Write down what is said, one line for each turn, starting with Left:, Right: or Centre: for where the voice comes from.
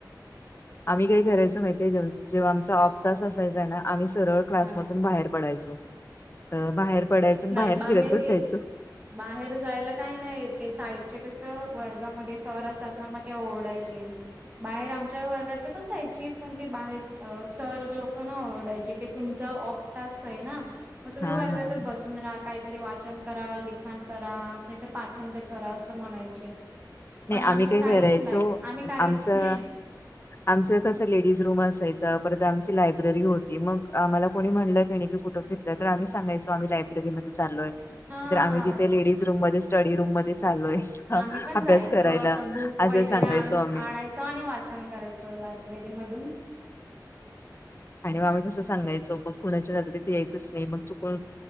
Left: आम्ही काही करायचो माहितीय, जे जेव्हा आमचा आपप तास असायचा आहे ना आम्ही सरळ क्लासमधून
Right: हा
Left: बाहेर पडायचो. तर बाहेर पडायचो आणि
Right: नाही बाहेर
Left: फिरत बसायचो
Right: गे, बाहेर जायला काही नाही ते साईडचे कस, वर्गामध्ये सर असतात ना मग ते ओरडायचे. बाहेर आमच्या वर्गातले पण जायचे. पण ते बाहेर सर लोक न आवडायचे ते तुमच ऑफ तास आहे ना, मग तुम्ही
Left: हा
Right: वर्गात
Left: हा
Right: बसून राहा काय तरी वाचन करा, लिखण करा, नाही तर पाठणतर करा असं म्हणायचे. पण
Left: नाही
Right: आम्ही
Left: काय
Right: काहीच
Left: करायचो
Right: नाही,, आम्ही काहीच
Left: आमचा
Right: नाही.
Left: आमचं कसं लेडीज रूम असायचं, परत आमची लायब्ररी होती. मग आम्हाला कोणी म्हणलंय काही नाही की कुठं तर आम्ही सांगयचो, आम्ही लाय री मध्ये चालोय,
Right: हा.
Left: तर आम्ही जिथे लेडीज रूम मध्ये स्टडी रूम मध्ये चालोय.
Right: आम्ही पण
Left: अभ्यास
Right: जायचो
Left: करायला,
Right: असं बुक वगैरे
Left: असं सांगायचो
Right: आणून
Left: आम्ही.
Right: आणायचो आणि वाचन करायचो लायब्ररी मधून
Left: आणि म आम्ही तसं सांगायचो, मग कुणाच्या नजरेत यायचंच नाही मग चुक